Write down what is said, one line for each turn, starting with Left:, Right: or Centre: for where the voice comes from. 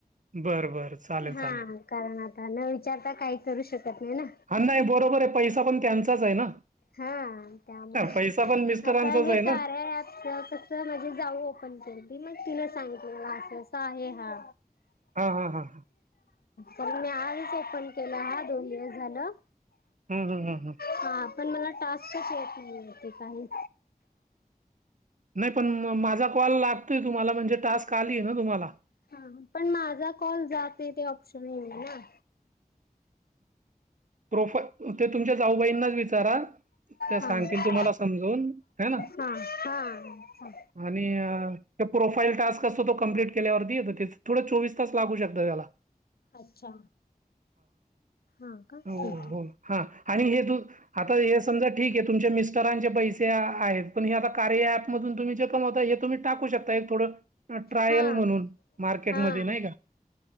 Right: बरं बर चालेल चालेल
Left: हा कारण आता न विचारता काही करू शकत नाही ना
Right: हा नाही बरोबर आहे पैसा पण त्यांचाच आहे ना
Left: हा त्यामुळे
Right: पैसा पण मिस्टरांचाच
Left: आता हे का
Right: ना
Left: आहे आ तर माझे जाऊ ओपन के मग तिला सांगित मला असं असं आहे हा
Right: हा हा हा हां
Left: तर मी आजच ओपन केला ह दोन दिवस झालं
Right: हम हम हम हं
Left: हा, पण मला टास्कच येत नाही य काहीऽ
Right: नाही पण माझा कॉल लागतोय तुम्हाला म्हणजे टास्क आलीय ना तुम्हाला.
Left: हा, पण माझा कॉल जातय ते ऑप्शन येना नाही ना.
Right: प्रोफा, ते तुमच्या जाऊबाईंनाच विचारा,, त्या सांगतील
Left: हा
Right: तुम्हाला समजावून,, ह ना.
Left: हा हा
Right: आणि प्रोफाईल टास्क असतो तो कमप्लीट केल्यावरती य थोडं चोवीस तास लागू शकत त्याला
Left: अच्छा हा का
Right: हो
Left: ठीक आहे
Right: हो हा आणि हे तू आता हे समजा ठीक आहे तुमच्या मिस्टरांचे पैसे आहेत पण हे आता कार्य मध तुम् जे कमवता हे तुम्हीाकू शकता एकथोडं ह ट्रायल
Left: हा
Right: म्हणून मार्केट
Left: हा
Right: मध्ये नाही का